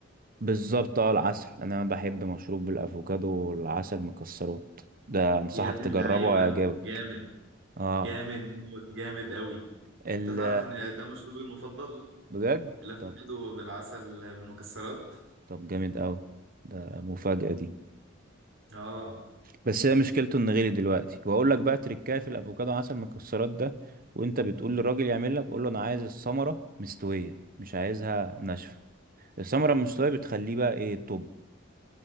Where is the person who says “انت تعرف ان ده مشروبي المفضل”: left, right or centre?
Right